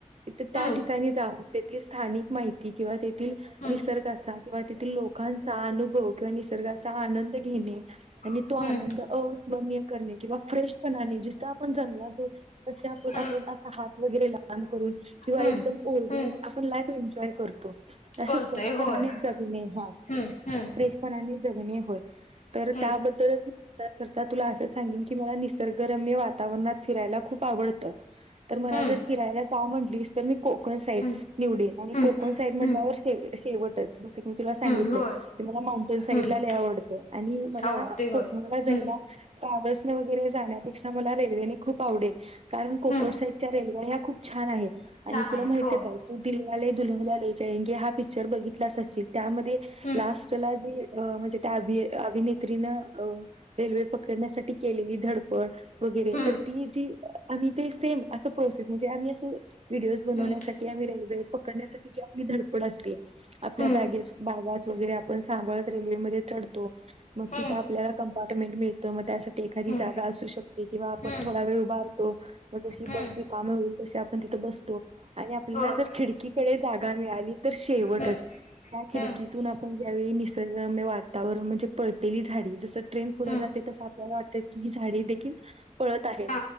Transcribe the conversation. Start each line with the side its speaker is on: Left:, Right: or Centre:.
Right: तिथं त्या
Left: हम्म हम्म
Right: ठिकाणी जाऊन तेथे स्थानिक माहिती किंवा ते थील
Left: हम्म
Right: निसर्गाचा किंवा तेथील लोकांचा अनुभव किंवा निसर्गाचा आनंद घेणे, आणि
Left: हम्म
Right: तो आनंद अविस्मरणीय करणे. किंवा फ्रेश पणाने, जिथं आपण जंगलात जाऊ तसे आपण
Left: हम्म
Right: आपुण अस हात वगैरे लांब करून किंवा
Left: हम्म
Right: एकदम ओरडून
Left: हम्म
Right: आपण लाईफ एन्जॉय करतो. तं फ्रेशपणाने
Left: करतोय होय
Right: जगणे, हा
Left: हम्म हम्म
Right: फ्रेशपणाने जगणे होय. तर
Left: हम्म
Right: त्याबद्दलच त्याकरता तुला असं सांगेन की मला निसर्गरम्य वातावरणात फिरायला खूप आवडतं. तर मला
Left: हम्म
Right: जर फिरायला जा म्हटलीस तर मी कोकण साईड
Left: हम्म
Right: निवडेन आणि
Left: हम्म
Right: कोकण साईड म्हटल्यावर
Left: हम्म
Right: शेव शेवटचं. मी तुला सांगितलं
Left: हम्म होय
Right: की मला माउंटेन साईडला
Left: हम्म
Right: लय आवडतं, आणि मला
Left: आवडते
Right: कोकणाला
Left: होय
Right: जायला
Left: हम्म
Right: ट्रॅव्हल्स न वगैरे जाण्यापेक्षा मला रेल्वेने खूप आवडेल, कारण कोकण
Left: हम्म
Right: साईडच्या रेल्व्या ह्या खूप छान आहेत. आणि
Left: छान आहेत
Right: तुला माहितच
Left: हो
Right: हाय तू दिलवाले दुल्हनिया ले जायंगे हा पिक्चर बघितलाच असशील. त्यामध्ये
Left: हम्म
Right: लास्टला जे अ म्हणजे त्या अभि अभिनेत्रीनं अ रेल्वे पकडण्यासाठी केलेली धडपड वगैरे
Left: हम्म
Right: तर ती जी आम्ही ते सेम असं प्रोसेस म्हणजे आम्ही असं व्हिडओज बनवण्यासाठी
Left: हम्म
Right: आणि रेल्वे पकडण्यासाठी जी आपली धडपड असते आपल्या
Left: हम्म
Right: बॅग वगैरे आपण सांभाळत रेल्वेमध्ये चढतो. मग
Left: हम्म
Right: तिथं आपल्याला कंपार्टमेंट मिळतं, मग त्यासाठी एखादी
Left: हम्म
Right: जागा असू शक ते किंवा आपण
Left: हम्म
Right: थोडा वेळ उभारतो मग जशी
Left: हम्म
Right: बस रिकामी होईल तशी आपण तिथं बस तो. आणि आपल्याला
Left: होय
Right: जर खिडकीकडे जागा मिळाली तर शेवटच
Left: हम्म
Right: त्या खिडकीतून
Left: हम्म
Right: आप म ज्यावेळी निसर्गरम्य वातावरण म्हणजे पळतेली झाडी जसं ट्रेन पुढे
Left: हम्म
Right: जाते तसं आपल्याला वाटतंय की झाडे देखील पळत आहेत,
Left: हा